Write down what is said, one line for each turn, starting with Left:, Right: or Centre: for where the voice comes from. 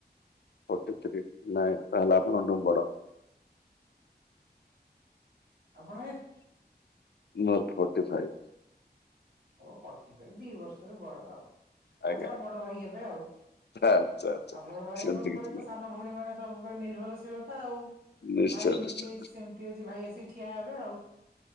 Left: ପଟିତ୍ରୀ ନାଇଁ ତାହେଲେ ଆପଣଙ୍କଠୁ ବଡ଼?
Right: ଆପଣ
Left: ମୋର ଫର୍ଟି ଫାଇଭ୍।
Right: ହଁ ଫଟି ଫାଇ ଦି ବର୍ଷରେ ବଡ ଆଉ ଆଉ
Left: ଆଜ୍ଞା
Right: ଯାହା ବଡ ଭାଇ ହେବେ ଆଉ।
Left: ଆଚ୍ଛା ଆଚ୍ଛା
Right: ଆଉ ବଡ ଭାଇଙ୍କ
Left: ସେମିତି
Right: ଉପରେ
Left: କିଛି ନାହିଁ
Right: ତ ସାନ ଭଉଣୀ ମାନେ ସବୁବେଳେ ନିର୍ଭରଶୀଳତା ଆଉ।
Left: ନିଶ୍ଚୟ
Right: ଭାଇ ଏମିତି
Left: ନିଶ୍ଚୟ ନିଶ୍ଚୟ
Right: ହେଇଛି ସେମିତି ହେଇଛି ଭାଇ ଆସି ଠିଆ ହେବେ ଆଉ।